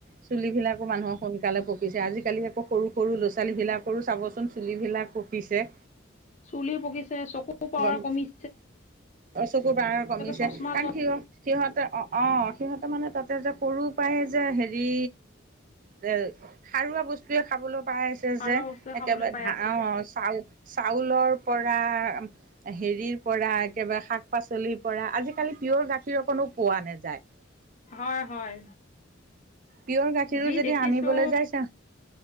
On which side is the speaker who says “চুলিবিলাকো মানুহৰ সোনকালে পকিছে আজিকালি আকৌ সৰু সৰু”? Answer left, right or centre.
Right